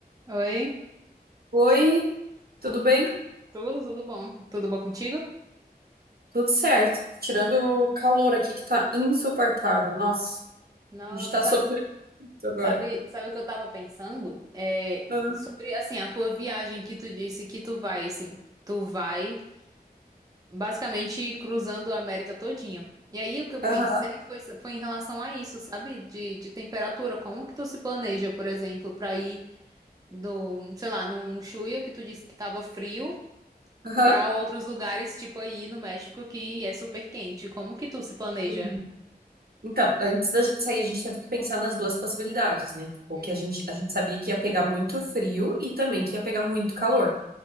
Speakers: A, on the right (about 20°); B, on the right (about 65°).
A: Oi,
B: Oi, tudo bem?
A: tudo, tudo bom? Tudo bom contigo?
B: Tudo certo. Tirando o calor aqui que tá insuportável. Nossa,
A: Nossa,
B: a gente tá
A: sabe,
B: sofrendo isso agora.
A: sabe, sabe o que eu tava pensando? É,
B: Aham,
A: sobre, assim, a tua viagem que tu disse que tu vai, assim, tu vai basicamente cruzando a América todinha. E aí o que eu pensei
B: aham.
A: foi, foi em relação a isso, sabe? De, de temperatura, como que tu se planeja, por exemplo, pra ir no, sei lá, num Chuya que tu disse que tava frio,
B: aham.
A: pra outros lugares, tipo aí no México que é super quente. Como que tu se planeja?
B: Sim. Então, antes da gente sair, a gente teve que pensar nas duas possibilidades, né? Tipo,
A: Hum,
B: que a gente, a gente sabia que ia pegar muito frio e também que ia pegar muito calor.